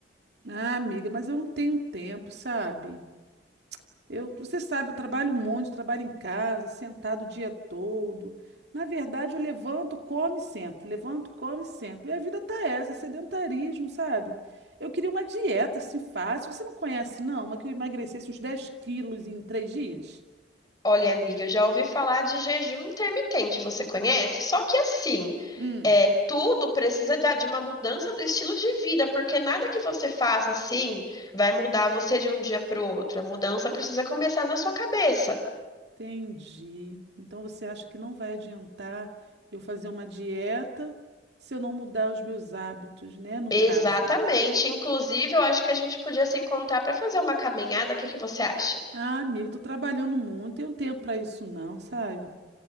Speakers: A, on the right; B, on the left.
A: Ah, amiga, mas eu não tenho tempo, sabe? Eu, você sabe, eu trabalho um monte, trabalho em casa, sentado o dia todo. Na verdade, eu levanto, como e sento, levanto, como e sento. Minha vida tá essa, é sedentarismo, sabe? Eu queria uma dieta assim fácil. Você não conhece, não? Uma que eu emagrecesse uns 10 quilos em três dias?
B: Olha, amiga, eu já ouvi falar de jejum intermitente, você conhece? Só que assim,
A: Hum,
B: é, tudo precisa da- de uma mudança do estilo de vida, porque nada que você faça assim vai mudar você de um dia para o outro. A mudança precisa começar na sua cabeça.
A: entendi. Então você acha que não vai adiantar eu fazer uma dieta se eu não mudar os meus hábitos, né? No
B: Exatamente.
A: caso.
B: Inclusive, eu acho que a gente podia se encontrar para fazer uma caminhada. O que que você acha?
A: Ah, amigo, tô trabalhando muito, não tenho tempo para isso, não, sabe?